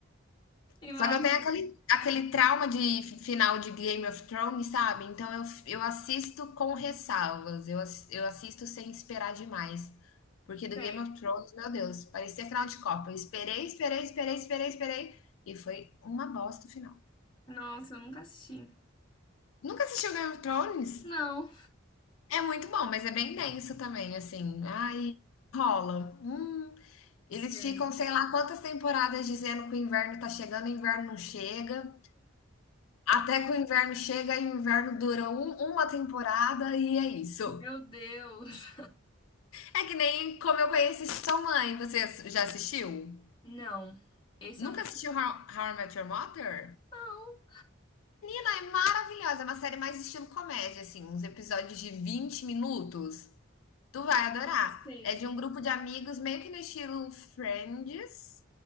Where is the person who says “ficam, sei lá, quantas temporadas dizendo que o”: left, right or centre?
Left